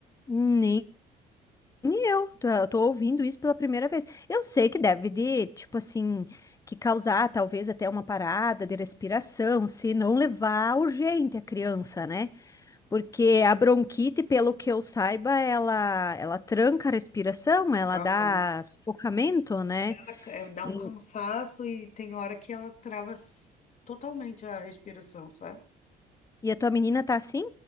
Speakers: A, on the left (about 20°); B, on the left (about 45°).
A: Nem eu. Tô, eu tô ouvindo isso pela primeira vez. Eu sei que deve de, tipo assim, que causar talvez até uma parada de respiração, se não levar urgente a criança, né? Porque a bronquite, pelo que eu saiba, ela, ela tranca a respiração, ela
B: Aham.
A: dá sufocamento, né?
B: Ela ca- é, dá
A: E,
B: um cansaço e tem hora que ela trava s- totalmente a respiração, sabe?
A: e a tua menina tá assim?